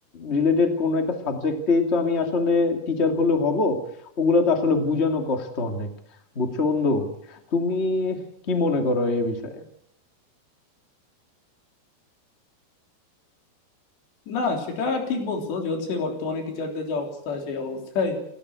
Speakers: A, on the left; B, on the left.
A: রিলেটেড কোনো একটা সাবজেক্টেই তো আমি আসলে টিচার হলে হব ওগুলো তো আসলে বোঝানো কষ্ট অনেক বুঝছো বন্ধু তুমি কি মনে করো এই বিষয়ে
B: না সেটা ঠিক বলছো যে হচ্ছে বর্তমানে টিচারদের যে অবস্থা সেই অবস্থায়